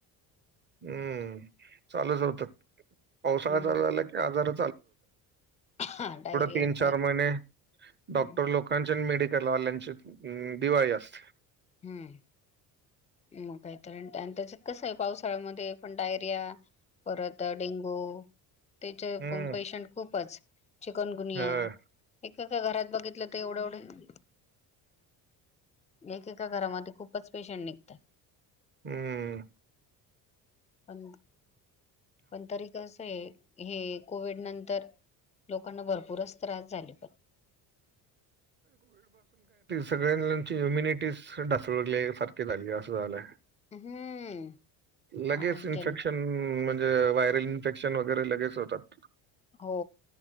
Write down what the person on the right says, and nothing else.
हम्म चालूच होत पावसाळ्याचा
झाला कि आजार
तीन चार
महिने डॉक्टर
लोकांचे मेडि लावाल्यांची दिवाळी असते
हं,
हं.
हम्म
सगळ्या मुलांची ह्युमिनीटी ढासळले सारखे झाले अस झालंय.
लगेच
इन्फेक्शन
म्हणजे व्हायरल इन्फेक्शन वगैरे लगेच होतात.